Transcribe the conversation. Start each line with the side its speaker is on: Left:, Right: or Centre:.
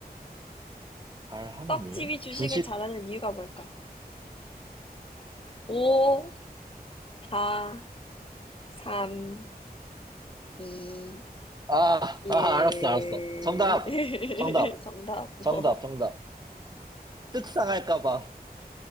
Right: 잘 하는
Left: 떡집이
Right: 이유?
Left: 주식을
Right: 주식?
Left: 잘하는 이유가 뭘까? 오, 다 3, 2,
Right: 아,
Left: 1.
Right: 아, 알았어, 알았어. 정답!
Left: <laughs>
Right: 정답!
Left: 정답 뭐?
Right: 정답, 정답. 떡상할까봐.